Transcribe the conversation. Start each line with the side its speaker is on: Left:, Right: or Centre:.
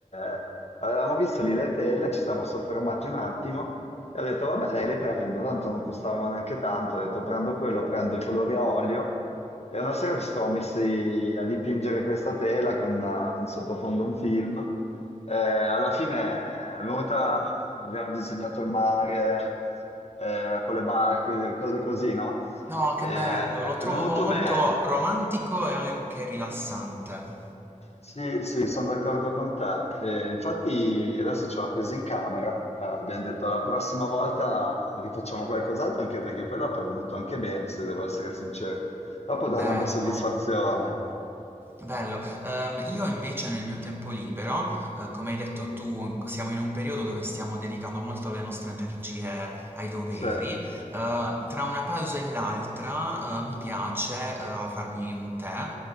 Left: eh, avevamo visto lì le tele, ci siamo soffermati un attimo e ho detto, vabbè, dai, le prendo, tanto non costavano neanche tanto, ho detto, prendo quello, prendo i colori a olio e una sera ci siamo messi a dipingere questa tela con una- in sottofondo un film. Eh, alla fine è venuta, abbiamo disegnato il mare eh, con le barche, cose così, no?
Right: No, che
Left: Eh,
Right: bello, lo trovo
Left: è venuto
Right: molto
Left: bene.
Right: romantico e anche rilassante.
Left: Sì, sì, sono d'accordo con te. E infatti adesso ce l'ho appesa in camera. Eh, abbiamo detto la prossima volta rifacciamo qualcos'altro, anche perché poi dopo è venuto anche bene, se devo essere sincero. Dopo dà
Right: Bello.
Left: tanta soddisfazione.
Right: Bello, Ehm, io invece nel mio tempo libero, eh, come hai detto tu, siamo in un periodo dove stiamo dedicando molto le nostre energie ai doveri.
Left: Sì,
Right: Eh, tra una pausa e l'altra, eh, mi piace, eh, farmi un tè,